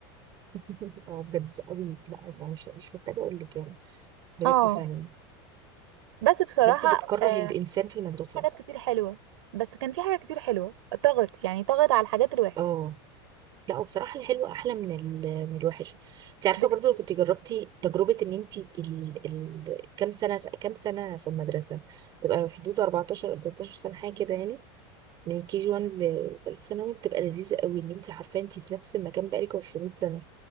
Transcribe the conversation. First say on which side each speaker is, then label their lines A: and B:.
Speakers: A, on the right; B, on the right.
A: <laughs> اه بجد قوي لا انا مش مش محتاجه اقول لك يعني بجد
B: اه
A: فعلا
B: بس بصراحة
A: بجد بتكره
B: آه
A: الانسان في المدرسه
B: حاجات كتير حلوة بس كان في حاجات كتير حلوة طغت يعني طغت على الحاجات الوحشة
A: اه لا وبصراحه الحلو احلى من ال- من الوحش انت عارفه
B: بك-
A: برضو لو كنت جربتي تجربه ان انت ال... ال... كام سنه كام سنه في المدرسه تبقى حدود 14 أو 13 سنه حاجه كده يعني من كي جي 1 لثالث ثانوي بتبقى لذيذة قوي ان انت عارفة انت في نفس المكان بقالك 20 سنة